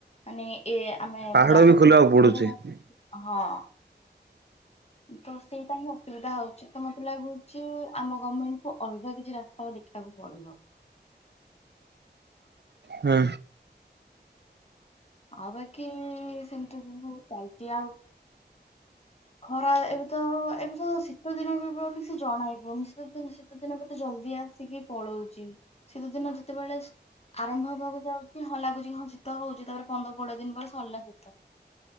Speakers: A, on the left (about 35°); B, on the right (about 75°).
A: ମାନେ ଏ ଆମେ
B: ପାହାଡ
A: ଜାଗାକୁ
B: ବି ଖୋଲିବାକୁ
A: ନଷ୍ଟ
B: ପଡୁଛି।
A: କରିବା ହଁ ତ ସେଇଟା ହିଁ ଅସୁବିଧା ହଉଛି। ତ ମତେ ଲାଗୁଛି ଆମ ଗମେଣ୍ଟ କୁ ଅଲଗା କିଛି ରା ସ୍ତାକୁ ଦେଖିବାକୁ ପଡିବ।
B: ହୁଁ।
A: ଆଉ ବାକି ସେମିତି ବହୁ ଚାଲିଛି ଆଉ ଖରା ଏବେ ତ ଏବେ ତ ଶୀତ ଦିନ ବି ଆଉ କିଛି ଜଣା ନ ପଡୁନି। ସୀତା ଦିନେ ଶୀତ ଦିନ କେତେ ଜଲଦି ଆସିକି ପଳଉଛି। ଶୀତ ଦିନ ଯେତେବେଳେ ଆରମ୍ଭ ହବାକୁ ଯାଉଛି। ହଁ ଲାଗୁଛିଁ ଶୀତ ହଉଛି। ତାପରେ ପନ୍ଦର କୋଡିଏ ଦିନ ପରେ ସରିଲା ଶୀତ।